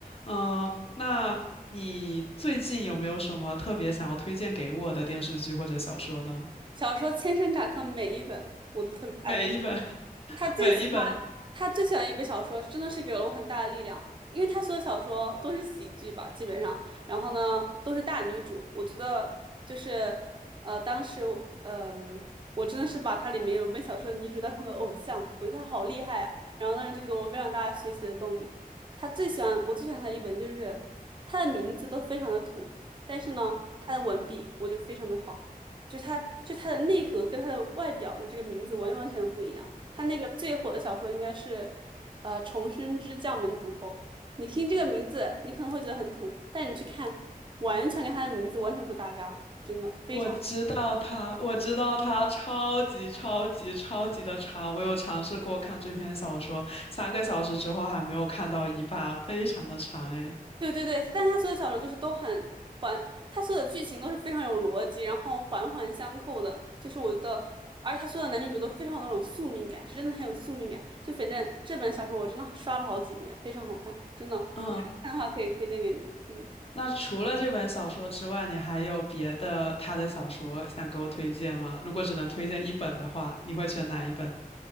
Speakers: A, on the left; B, on the right.
A: 嗯，那你最近有没有什么特别想要推荐给我的电视剧或者小说呢？
B: 小说千山茶客每一本我都特别爱看。
A: 每一本，<laughs>
B: 他最喜欢他最喜欢一本小说，
A: 每一本。
B: 真的是给了我很大的力量，因为他所有小说都是喜剧吧，基本上，然后呢都是大女主，我觉得就是呃，当时嗯、呃我真的是把它里面有一本小说的女主当成了偶像，我觉得她好厉害啊，然后当时就给我非常大的学习的动力。他最喜欢我最喜欢他的一本就是他的名字都非常的土，但是呢他的文笔我觉得非常的好，就是他就他的内核跟他的外表的这个名字完完全不一样。他那个最火的小说应该是，呃，《重生之将门毒后》。你听这个名字，你可能会觉得很土，但你去看，完全跟他的名字完全不搭嘎，真的非常。
A: 我知道他，我知道他超级超级超级的长。我有尝试过看这篇小说，三个小时之后还没有看到一半，非常的长诶。
B: 对对对，但他所有小说就是都很环，他所有的剧情都是非常有逻辑，然后环环相扣的。就是我觉得，而且他所有的男女主都非常有那种宿命感，是真的很有宿命感。就反正这本小说我真的刷了好几遍，非常好看，真的。
A: 嗯，
B: 你要是看的话，可以推荐给你。嗯，
A: 那除了这本小说之外，你还有别的他的小说想给我推荐吗？如果只能推荐一本的话，你会选哪一本？